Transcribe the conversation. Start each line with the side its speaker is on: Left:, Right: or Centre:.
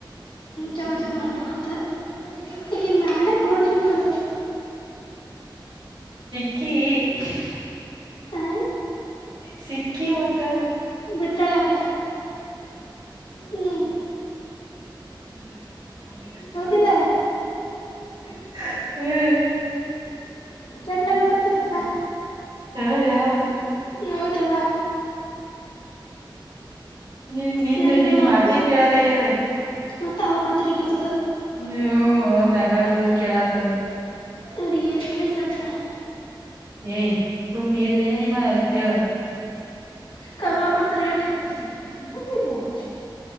Left: ಚಲ ಚಲ ಊಟ ಕೊಟ್ತಾರೆ ಈಕೆ ನಾ <unintelligible> ಬಿಡ್ಬೇಕ ನೋಡ
Right: ಆಕ್ಕಿ <unintelligible>
Left: ಹ
Right: ಸಿಕ್ಕಿ ಮತ್ತೆ
Left: ಬಿಟ್ಟಳೆಕ ಹ್ಮ್
Right: ಹ್ಮ <unintelligible>
Left: ಹೌದಿಲ್ಲ
Right: ಹ್ಮ್
Left: ಚಟ್ನಾಗ ಬರ್ತದೆ ಬ
Right: ಹಾ ರವ <unintelligible>
Left: ಹೌದ್ ಯವ್ವ
Right: ನಿನ್ ನಿನ್
Left: ನನಗ ಇನ್ನೊಂದು
Right: ನಿನ್
Left: ಔಟ್ಪುಟ್
Right: ಮಾತೆ ಕೇಳಲ್ಲಯದ
Left: ಮತ್ತ ಅವ್ರ ಮಾತ್ರ ಕೆಲ್ಸ್
Right: ಹ ಅವ್ರ ನಗಾಡುದು ಕೇಳಾತ
Left: ಅ ನ ಮನಿ ಸಾಾದನೆ
Right: ಏಯ್ ಸುಮ್ಮ್ ಇರ್ರಿ ನಿಮ್ಮ ಎತ್ ಹೇಳು
Left: ಕಮ ಕುಡ <unintelligible> <unintelligible>